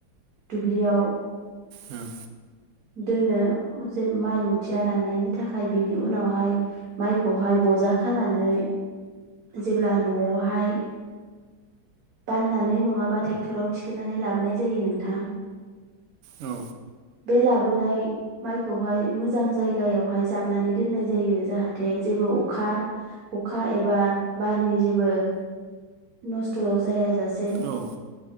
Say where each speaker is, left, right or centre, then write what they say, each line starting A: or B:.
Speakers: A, on the right (about 50°); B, on the right (about 70°).
A: दुब्लियाव
B: ओं
A: दोनो जे माइ मुथिया राननायनि थाखाय बिनि उनावहाय माइखौहाय बजा खानानै जेब्ला न'आवहाय बाननानै नङाबा ट्रेक्टराव थिखोनानै लाबोनाय जायो नोंथां
B: औ
A: बे लाबोनाय माइखौहाय मोजां जायगायावहाय जाबनानै दोननाय जायो जाहाथे जेबो अखा अखा एबा बारनि जेबो नस्थ' जाय जासे से
B: औ